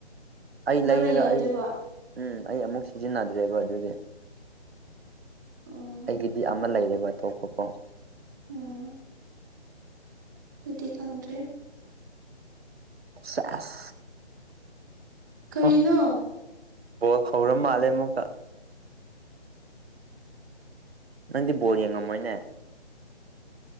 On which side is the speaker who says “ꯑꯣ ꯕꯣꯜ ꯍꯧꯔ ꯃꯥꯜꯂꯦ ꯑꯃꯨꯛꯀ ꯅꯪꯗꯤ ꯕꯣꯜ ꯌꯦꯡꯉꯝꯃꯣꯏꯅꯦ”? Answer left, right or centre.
Right